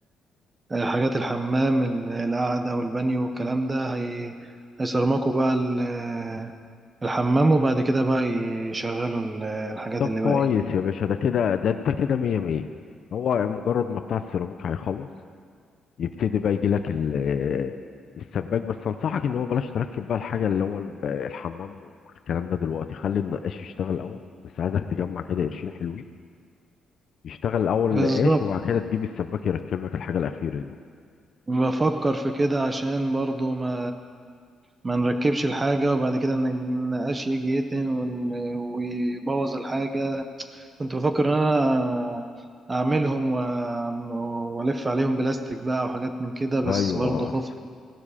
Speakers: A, on the right; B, on the left.
A: آه، آه، حاجات الحمام ال- القعده والبانيو والكلام ده هي هيصرمكوا بقى ال- آه، الحمام وبعد كده بقى يشغلوا ال- آه، الحاجات
B: طب
A: اللي
B: كويس
A: باقي
B: يا باشا ده كده ده انت كده مية مية هو مجرد ما بتاع السيراميك هيخلص يبتدي بقى يجي لك ال- السباك بس انصحك ان هو بلاش تركب بقى الحاجه اللي هو ال- الحمام والكلام ده دلوقتي خلي النقاش يشتغل الاول بس عايزك تجمع كده قرشين حلوين يشتغل الاول
A: بالظبط
B: نقاش وبعد كده تجيب السباك يركب لك الحاجه الاخيره دي
A: بفكر في كده عشان برضو ما ما نركبش الحاجة وبعد كده إن النقاش يجي يتهن وال- ويبوظ الحاجة كنت بفكر إن أنا أعملهم و- وألف عليهم بلاستيك بقى وحاجات من كده بس
B: ايوه
A: برضو خفت
B: احسن